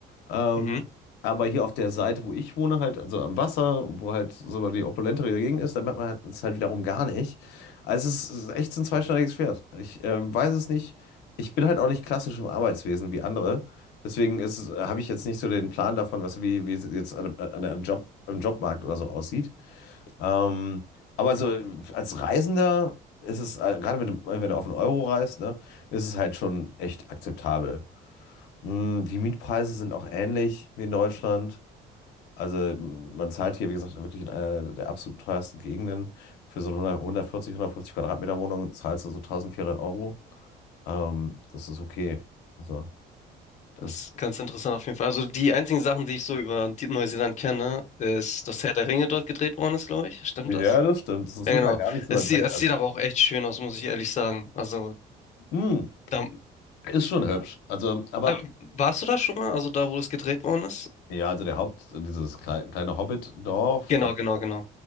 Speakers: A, on the left; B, on the left.
A: Ähm,
B: mhm.
A: aber hier auf der Seite, wo ich wohne, halt, also am Wasser, wo halt so die opulentere Gegend ist, da merkt man halt- es halt wiederum gar nicht. Also es ist echt so ein zweischneidiges Schwert. Ich ähm, weiß es nicht. Ich bin halt auch nicht klassisch im Arbeitswesen wie andere. Deswegen ist, habe ich jetzt nicht so den Plan davon, was wie, wie es jetzt an, an, an Job, im Jobmarkt oder so aussieht. Ähm, aber also als Reisender ist es, äh, gerade wenn du, wenn du auf den Euro reist, ne, ist es halt schon echt akzeptabel. Mm, Die Mietpreise sind auch ähnlich wie in Deutschland. Also man zahlt hier, wie gesagt, wirklich in einer der absolut teuersten Gegenden. Für so eine 100 140, 150 Quadratmeter Wohnung zahlst du so 1400 Euro. Ähm, das ist okay. Also, das,
B: Ist ganz interessant auf jeden Fall. Also, die einzigen Sachen, die ich so über die Neuseeland kenne, ist, dass Herr der Ringe dort gedreht worden ist, glaube ich. Stimmt
A: ja,
B: das?
A: das stimmt. Das ist
B: Ja,
A: sogar
B: genau.
A: gar nicht so
B: Es
A: weit
B: sieht,
A: weg.
B: es
A: Also,
B: sieht aber auch echt schön aus, muss ich ehrlich sagen. Also,
A: mm,
B: da,
A: ist schon hübsch. Also, aber
B: aber warst du da schon mal? Also, da, wo es gedreht worden ist?
A: ja, also der Haupt, dieses klei- kleine Hobbit-Dorf,
B: Genau,
A: das
B: genau, genau.